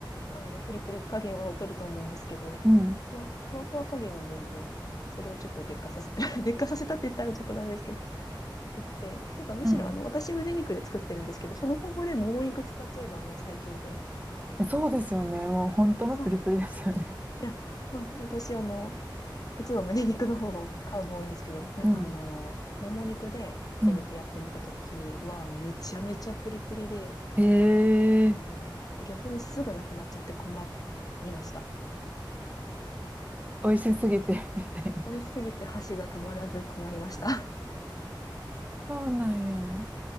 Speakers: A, on the left (about 50°); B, on the right (about 20°).
A: あの、プリプリ加減は劣ると思うんですけど、
B: うん。
A: ふわ、ふわふわ加減は全然、それをちょっと劣化させ、<laughs> 劣化させたって言ったらちょっとダメですけど、良くて。てかむしろあの、
B: うん
A: 私胸肉で作ってるんですけど、その方法でもも肉使っちゃえばもう最強で。
B: そうですよね。もう本当のプリプリですよね。
A: そういや、私あの、実は胸肉の方が買うの多いんですけど、
B: うん。
A: あの、もも肉で買ってみてやってみた時は、
B: うん。
A: めちゃめちゃプリプリで、
B: ええ
A: あの、逆にすぐなくなっちゃって困りました。
B: 美味しすぎて <laughs> みたいな。
A: 美味しすぎて箸が止まらず困りました。
B: そうなんや。